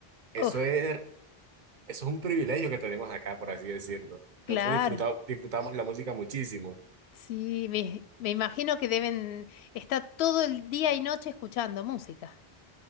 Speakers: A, on the right (about 50°); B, on the left (about 85°).
A: eso
B: Uf,
A: es, eso es un privilegio que tenemos acá, por así decirlo.
B: claro.
A: Nosotros disfruta- disfrutamos la música muchísimo
B: Sí, me, me imagino que deben estar todo el día y noche escuchando música.